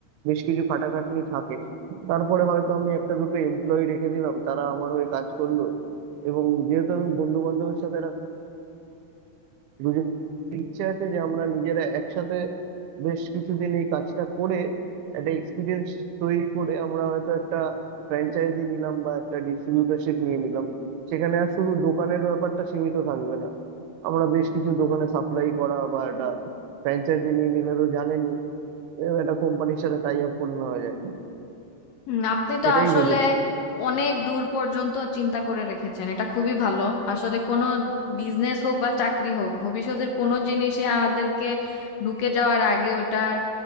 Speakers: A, on the right (about 80°); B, on the left (about 70°).
A: বেশ কিছু খাটাখাটনি থাকে তারপরে হয়তো আমি একটা দুটো এমপ্লয়ি রেখে দিলাম তারা আমার হয়ে কাজ করলো এবং যেহেতু আমি বন্ধু বান্ধবের সাথে দুজনের ইচ্ছে আছে যে আমরা নিজেরা একসাথে বেশ কিছুদিন এই কাজটা করে একটা এক্সপিরিয়েন্স তৈরি করে আমরা হয়তো একটা ফ্র্যাঞ্চাইজি নিলাম বা একটা ডিস্ট্রিবিউটারশিপ নিয়ে নিলাম সেখানে আর শুধু দোকানের ব্যাপারটা সীমিত থাকবে না আমরা বেশ কিছু দোকানে সাপ্লাই করা বা একটা ফ্র্যাঞ্চাইজি নিয়ে নিলে তো জানেনই এরকম একটা কোম্পানির সাথে টাই আপ করে নেওয়া যায়
B: হুম, আপনি
A: সেটাই
B: তো আসলে
A: ভেবেছি
B: অনেক দূর পর্যন্ত চিন্তা করে রেখেছেন এটা খুবই ভালো আসলে কোনো বিজনেস হোক বা চাকরি হোক ভবিষ্যতের কোনো জিনিসে আমাদেরকে ঢুকে যাওয়ার আগে ওটার